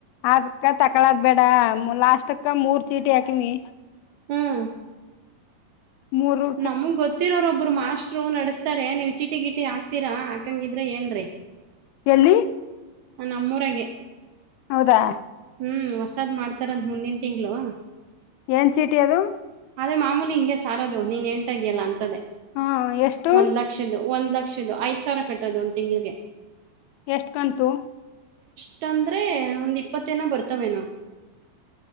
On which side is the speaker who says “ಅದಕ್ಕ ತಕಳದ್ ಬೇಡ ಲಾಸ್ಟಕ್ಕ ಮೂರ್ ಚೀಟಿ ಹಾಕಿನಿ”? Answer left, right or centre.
Left